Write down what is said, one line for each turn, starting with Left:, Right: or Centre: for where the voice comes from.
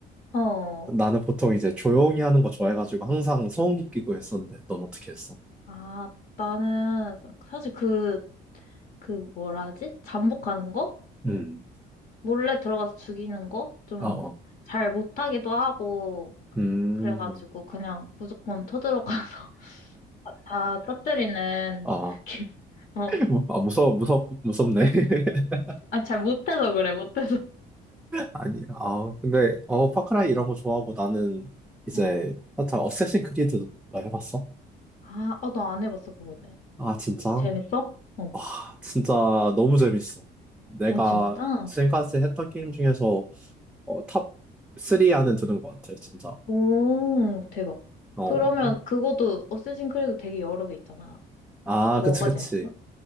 Left: <laughs> 어.
Centre: 나는 보통 이제 조용히 하는 거 좋아해가지고 항상 소음기 끼고 했었는데, 넌 어떻게 했어?
Left: 아, 나는 사실 그, 그 뭐라 하지? 잠복하는 거?
Centre: 음.
Left: 몰래 들어가서 죽이는 거? 좀
Centre: 어, 어.
Left: 잘 못하기도 하고,
Centre: 음,
Left: 그래가지고 그냥 무조건 쳐들어가서 <laughs> 다 터뜨리는
Centre: 어,
Left: 느낌. 어.
Centre: <laughs> 뭐, 아, 무서워, 무섭, 무섭네. <laughs>
Left: 아, 잘 못해서 그래, 못해서.
Centre: 아니, 아, 근데, 어, 파크라이 이런
Left: 응.
Centre: 거 좋아하고 나는 이제,
Left: 응.
Centre: 하여튼, 어쌔신 크리드도 나 해봤어?
Left: 아, 어, 너 안 해봤어, 그거는.
Centre: 아, 진짜?
Left: 재밌어? 어.
Centre: 와, 진짜 너무 재밌어. 내가
Left: 어, 진짜?
Centre: 지금까지 했던 게임 중에서, 어, 탑 3안은 드는 것 같아, 진짜.
Left: 오, 대박.
Centre: 어.
Left: 그러면 그것도 어쌔신 크리드 되게 여러 개 있잖아.
Centre: 아,
Left: 뭐가
Centre: 그치, 그치.
Left: 아, 재밌어?